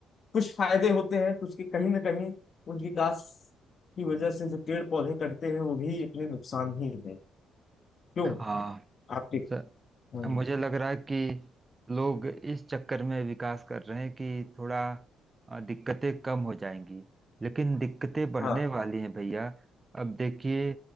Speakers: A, on the left; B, on the right.
A: कुछ फायदे होते हैं तो उसके कहीं ना कहीं उस विकास की वजह से जो पेड़ पौधे कटते हैं वो भी अपने नुकसान ही है क्यों
B: हाँ
A: आपके
B: सर
A: हम्म,
B: अब मुझे लग रहा है कि लोग इस चक्कर में विकास कर रहे हैं कि थोड़ा अ, दिक्कतें कम हो जाएंगी लेकिन दिक्कतें बढ़ने
A: हाँ
B: वाली हैं भैया अब देखिए